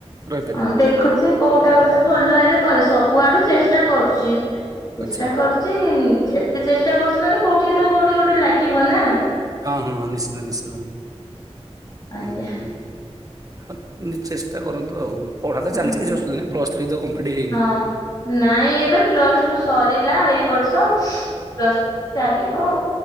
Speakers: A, on the right (about 30°); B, on the left (about 35°).
A: ରହିପାରିବେ
B: ହଁ ଦେଖୁଛି କୋଉଟା ଗୋଟେ ଭଲ ହେଲେ କରେ ସବୁ ଆଡୁ ଚେଷ୍ଟା କରୁଛି। ଚେଷ୍ଟା
A: ଆଚ୍ଛା
B: କରୁଛି ଏତେ ଚେଷ୍ଟା କରୁଛି ମାନେ କୋଉଠି ତ କୋଉଠି ଗୋଟେ ଲାଗିବ ନା।
A: ହଁ ହଁ ହଁ ନିଶ୍ଚିନ୍ତ ନିଶ୍ଚିନ୍ତ
B: ଆଜ୍ଞା
A: ହୁଁ ହୁଁ । ହଁ ଚେଷ୍ଟା କରନ୍ତୁ ଆଉ। ପଢା ତ
B: ହଁ
A: ଚାଲିଛି
B: ଆଜ୍ଞା
A: କିଛି ଅସୁବିଧା ନାହିଁ ପ୍ଲସ୍ ଥ୍ରୀ ତ କମ୍ପ୍ଲିଟ୍ ହେଇନି
B: ହଁ ନାଇଁ ଏବେ ପ୍ଲସ ଟୁ ସରିଲା ବର୍ଷ ପ୍ଲସ ଥ୍ରୀ ଚାଲିବ।